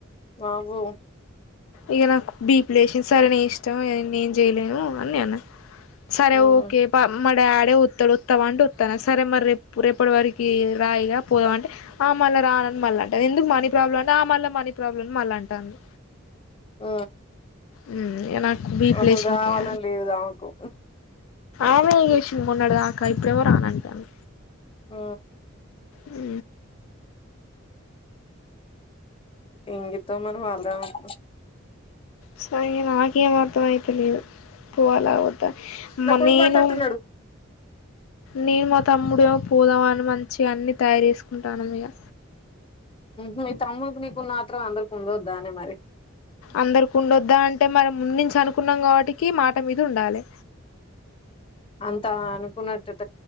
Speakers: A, on the left; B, on the left.
A: అవుో
B: ఇక నాకు బీపు లేసినంది సరే నే ఇష్టం ఇ ఏం చేయలేను అని అన్న సరే
A: ఉమ్
B: ఓకే ప మ డాడి త్తడు వత్తావ అంటే వత్తాను సరే మరి రేపు రేపుటి వరకి రాయిగా పోదా అంటే మళ్ళీ రాన మరి మళ్ అంటంది ఎందుకు మనీ ప్రాబ్లం అంట ఆ మళ్ళీ మనీ ప్రాబ్లం మళ్ళీ అంటుంది
A: ఆ
B: ఉమ్ ఇగా నాకు బీపి
A: అసలు
B: లేశింది
A: రావాలని
B: ఇగ
A: లేవుదామకు
B: ఆమె చేషంది మొన్నాడుదాకా ఇప్పుడేవో రానంటాను
A: ఆ
B: ఉ
A: ఇగితో మన వాళ్ళదాం అట్
B: సరిగే నాకే మర్థంమైతలేదు పోవాల వధ
A: నా
B: మ
A: కొడుకు
B: నీను
A: పడతట్టున్నాడు
B: నీను మా తమ్ముడ పోదాం అని మంచిగా అన్ని తయారు చేసుకుంటాను ఇక
A: నీ తమ్ముకి నీకు మాత్రం అందరికి ఉండొద్దానే మరి
B: అందరికి ఉండొద్దా అంటే మన ముందుంచి అనుకున్నాం కాబట్టికి మాట మీద ఉండాలి
A: అంతా అనుకున్నట్టుట